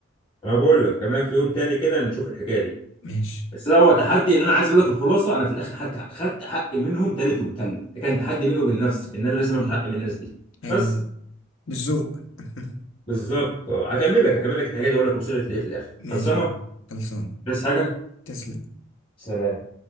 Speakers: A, on the left; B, on the left.
A: انا بقول لك كمان في يوم تاني كده نشوف الحكايه دي
B: ماشي
A: بس ده هو تحدي ان انا عايز اقول لك الخلاصه انا في الاخر حتى خدت حقي منهم تالت ومتلت ده كان تحدي بيني وبين نفسي ان انا لازم
B: أمم.
A: اخد حقي من الناس دي
B: ايوه
A: بس
B: بالذوق <laughs>
A: بالظبط آه، هكمل لك هكمل لك الحكايه دي اقول لك وصلت لايه في الاخر
B: ماشي
A: خلصانه
B: يا عم خلصان
A: بس حاجه
B: تسلم
A: سلام